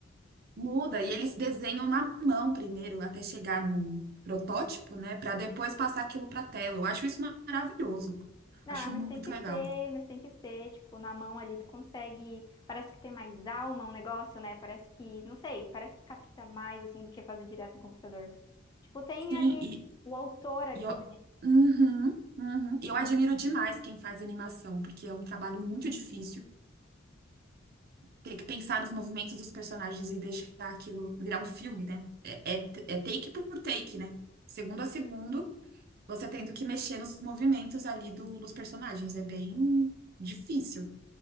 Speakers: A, on the right (about 50°); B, on the left (about 20°).
A: Muda, e eles desenham na mão primeiro, até chegar no protótipo, né, para depois passar aquilo para tela. Eu acho isso maravilhoso,
B: Não,
A: acho
B: mas
A: muito
B: tem que
A: legal.
B: ser, mas tem que ser, tipo, na mão ali tu consegue, parece que tem mais alma um negócio, né? Parece que, não sei, parece que capta mais assim do que fazer direto no computador. Tipo, tem
A: Sim,
B: ali
A: e,
B: o autor ali,
A: E eu, Uhum, uhum. E eu admiro demais quem faz animação, porque é um trabalho muito difícil. Ter que pensar nos movimentos dos personagens e deixar aquilo virar um filme, né? É, é, é take por take, né? Segundo a segundo, você tendo que mexer nos movimentos ali do, dos personagens. É bem difícil.